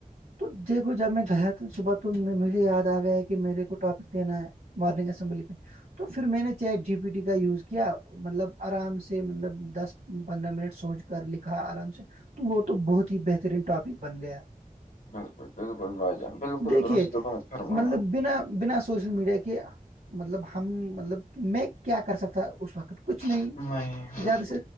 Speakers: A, on the right; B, on the left.
A: تو تو دیکھو جب میں گیا تو صبح تو مجھے یاد آ گیا ہے کہ میرے کو ٹاپک دینا ہے مارنگ اسمبلی پہ تو پھر میں نے چ جی پی ٹی کا یوز کیا مطلب آرام سے مطلب دس پندرہ منٹ سوچ کر لکھا آرام سے تو وہ تو بہت ہی بہترین ٹاپک بن گیا
B: بالکل بالکل بھائی جان بالکل
A: دیکھیے
B: درست بات فرمایا
A: مطلب بنا بنا سوشل میڈیا کے مطلب ہم مطلب میں کیا کر سکتا اس وقت کچھ نہیں
B: آپ۔
A: زیادہ
B: بالکل
A: سے